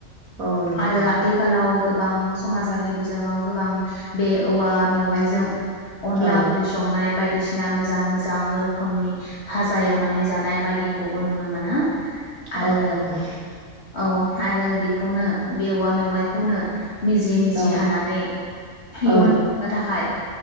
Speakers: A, on the right; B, on the left.
A: औ नंगौ
B: आरो
A: नोंथां
B: आथि खालाव गोबां समाजारि बिजोङाव गोबां बे औवा मेवाइजों अनला
A: औ
B: ओंख्रि संनाय बाय दिसिना मोजां मोजां रोखोमनि फाजा एवनानै जानाय बायदिखौबो नुनो मोनो आरो
A: औ नंगौ
B: औ आरो बेखौनो बे औवा मेव वायखौनो मिजि मिजि
A: औ
B: हानानै इयुननो
A: औ
B: थाखाय